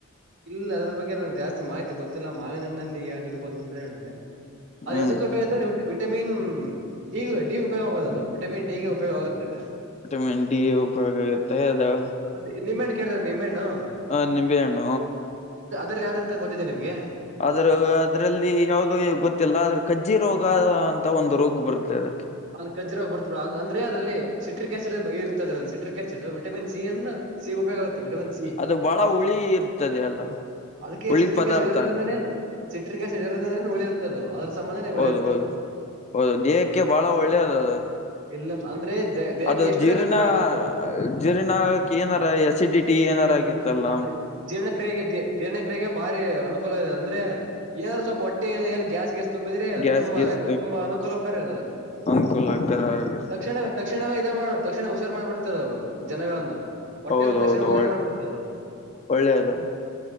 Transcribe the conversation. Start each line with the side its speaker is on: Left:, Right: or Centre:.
Right: ಇಲ್ಲ ಅದ್ರ ಬಗ್ಗೆ ನಂಗೆ ಜಾಸ್ತಿ ಮಾಹಿತಿ ಗೊತ್ತಿಲ್ಲ ಮಾವಿನಣ್ಣಲ್ಲಿ ಯಾವ್ದು ಇರ್ಬೋದು ಅಂದ್ರೆ ಹೇಳೆ ಅದ್
Left: ಹ್ಮ್
Right: ಎದಕ್ಕೆ ಉಪಯೋಗ ಆ ವಿಟಮಿನ್ ಡಿ ಡಿ ಉಪಯೋಗ ಆಗ್ಬಹುದು ಅದು ವಿಟಮಿನ್ ಡಗೆ ಉಪಯೋಗ ಆಗತುತ್ತದೆ
Left: ವಿಟಮಿನ್ ಡಿ ಉಪಯೋಗ ಇರುತ್ತೆ ಅದು
Right: ಮತ್ತೆ ನಿಮ್ಮೆಣ್ಣ ಕೇಳ್ರ ನಿಮ್ಮೆಣ್ಣು
Left: ಹ ನಿಂಬ್ಯಾ್ಣ
Right: ಅ್ರ ಯಾವ್ದದರ್ತಂತ ಗೊತ್ತಿದೆ ನಿಮಗೆ
Left: ಆದ್ರ ಅದ್ರಲ್ಲಿ ಯಾವವು್ದ ಗೊತ್ತಿಲ್ಲ ಅದ್ರ ಕಜ್ಜಿ ರೋಗ ಅಂತ ಒಂದು ರೋಗ್ ಬರುತ್ತೆ ಅದಕ್ಕೆ
Right: ಅಲ್ಲಿ ಕಜ್ಜರ ಹಿ ಬರ್ತ ಬಿಡ ಅಂದ್ರೆ ಅದ್ರಲ್ಲಿ ಸಿಟ್ರಿಕ್ ಆಸಿಡ್ ಇರುತ್ತದೆದ್ರಲ್ಲಿ ಸಿಟ್ರಿಕ್್ಯ ಚ ವಿಟಮಿನ್ ಸಿ ಅನ್ನ ಸಿ ಉಪಯೋಗ ಆುತ್ತೆ ವಿಟಮಿನ್ ಸಿ
Left: ಅದು ಬಹಳ ಹುಳಿ ಇರ್ತದೆ ಅಲ್ಲ
Right: ಅದಕ್ಕೆ
Left: ಹುಳಿ
Right: ಸಿಟ್ರಿ
Left: ಪದಾರ್ಥ
Right: ಕಾಶ ಇರೋದ್ರಿಂದೇ ಸಿಟ್ರ ಗೇಶಸ್ ಇರೋ್ರ ಉಳಿರ್ತದು ಅದ್ರ ಸಂಬಂಧನೇ
Left: ಹೌದ
Right: ಉಳಿರ್ತದು
Left: ಹೌದು ಹೌದು ದೇಹಕ್ಕೆ ಬಹಳ ಒಳ್ಳೇದ ಅದ
Right: ಇಲ್ಲ ಅಂದ್ರೆ ದೇಹಕ್ಕೆ
Left: ಅದು
Right: ಎಷ್ಟು
Left: ಜೀರ್ನ
Right: ಬೇಕ ಅಷ್ಟು ತಗೋಬೇಕು
Left: ಜೀರ್ನಕ್ಕೆ ಏನಾರ ಎಸಿಡಿಟಿ ಏನಾರ
Right: ಇಲ್ಲಿಲ್ಲ
Left: ಆಗಿತ್ತಲ್ಲ
Right: ಅದ ಜೀರ್ಣಕ್ರಿಯೆಗೆ ಜೀರ್ಣ್ರ ಭಾರಿ ಅನುಕೂಲ ಇದೆ ಅಂದ್ರೆ ಏನಾದ್ರು ಸ್ವಲ್ಪ ಹೊಟ್ಟೆ ಏ ಗ್ಯಾಸ್ ಗ್ಯಾಸ್ ತುಂಬಿದ್ರೆ ಅದು
Left: ಗ್ಯಾಸ್
Right: ತುಂಬಾ
Left: ಗೀಸ್
Right: ಇದು ತುಂಬಾ ಅನುಕೂಲಕಾರಿ ಅದು
Left: ಅನುಕೂಲಕರ ಆಗಿರ್ತದೆ
Right: ತಕ್ಷಣವೇ ತಕ್ಷಣವೇ ಇದ ಮಾಡ್ಬಿಡ್ತು ತಕ್ಷಣ ಹುಷಾರ್ು ಮಾಡ್ಬಿಡ್ತದ ಅವ ಜನಗಳನ್ನ ಹೊಟ್ಟೆಯನ್ನು
Left: ಹೌದೌದು
Right: ತಕ್ಷಣ ಹುಷಾರ
Left: ಒಳ್ಳೆ
Right: ಮಾಡಿಬಿಡ್ತೆ ಅದು
Left: ಒಳ್ಳೇದು